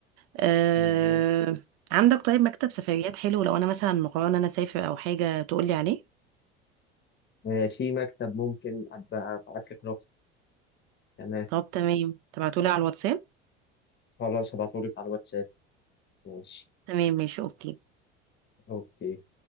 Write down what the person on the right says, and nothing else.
أه...
عندك طيب مكتب سفريات حلو لو انا مثلا مقررة ان انا اسافر او حاجة تقولي عليه
طب تمام تبعتولي على الواتساب
تمام ماشي اوكي